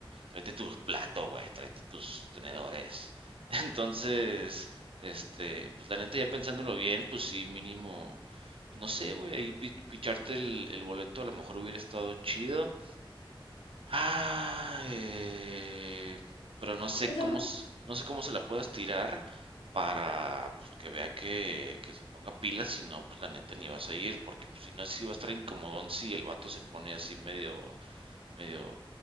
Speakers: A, on the right; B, on the left.
A: tráete tus platos, güey, tráete tus tenedores. <laughs> Entonces, este, pues la neta ya pensándolo bien, pues sí, mínimo, pues no sé, güey, ahí pi- picharte el, el boleto a lo mejor hubiera estado chido. Ah, eh, pero no sé
B: O sea,
A: cómo,
B: por-
A: s- no sé cómo se la puedas tirar para pues, que vea que, que se ponga pilas, si no, pues la neta ni vas a ir, porque pues, si no, sí va a estar incomodón si el vato se pone así medio, medio,